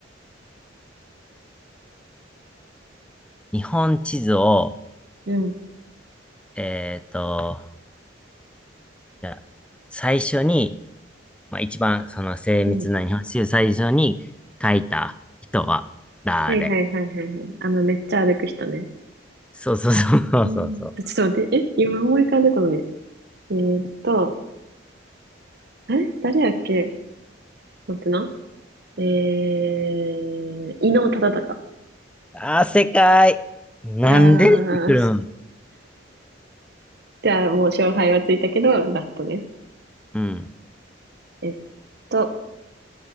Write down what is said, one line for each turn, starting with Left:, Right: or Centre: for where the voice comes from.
Centre: 日本地図を、
Right: うん
Centre: えーっと、じゃあ最初に、まあ一番その精密な日本地図最初に書いた人は誰
Right: うん。はいはいはいはいはい。あの、めっちゃ歩く人ね。
Centre: そうそうそうそうそうそう。
Right: うん。ちょっと待って、え、今思い浮かんでたのに。えーっと、え、誰やっけ待ってな。えー、伊能忠敬。
Centre: あー、正解。なんで出てくるん
Right: いやーし、じゃあもう勝敗はついたけど、ラストね。
Centre: うん。
Right: えっと、